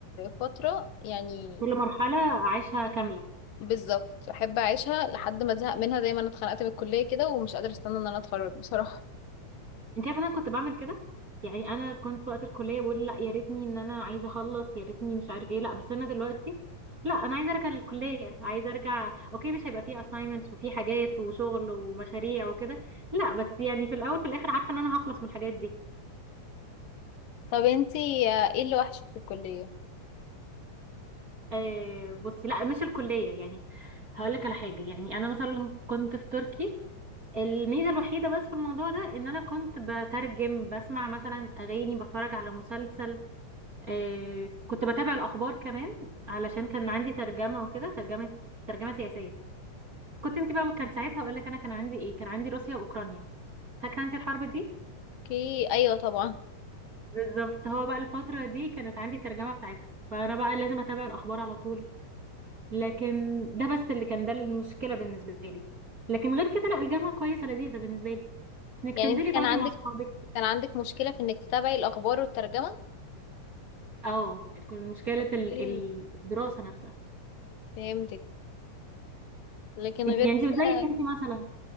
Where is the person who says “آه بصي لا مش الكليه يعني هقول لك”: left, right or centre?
Right